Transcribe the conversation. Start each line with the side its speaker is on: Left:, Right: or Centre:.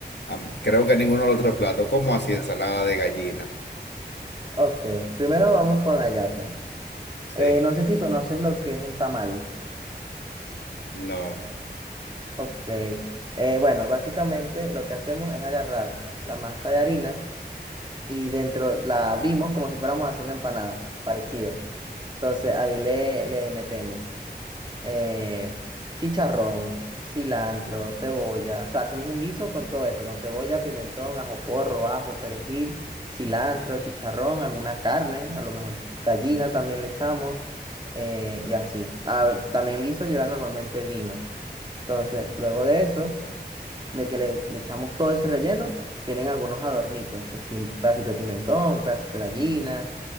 Left: am, creo que ninguno de los otros platos, como así ensalada de gallina.
Right: Ok, primero vamos con la hallaca.
Left: Sí,
Right: Eh, no sé si conoces lo que es un tamal.
Left: no.
Right: Ok. Eh, bueno, básicamente lo que hacemos es agarrar la masa de harina y dentro la abrimos como si fuéramos a hacer una empanada, parecido. Entonces ahí le, le metemos. eh, chicharrón, cilantro, cebolla. O sea, hacemos un guiso con todo eso, con cebolla, pimentón, ajo porro, ajo, perejil, cilantro, chicharrón, alguna carne, a lo mejor gallina también le echamos eh, y así. Ah, también el guiso lleva normalmente vino. Entonces, luego de eso, de que le, le echamos todo ese relleno, vienen algunos adornitos, que si un pedacito de pimentón, un pedacito de gallina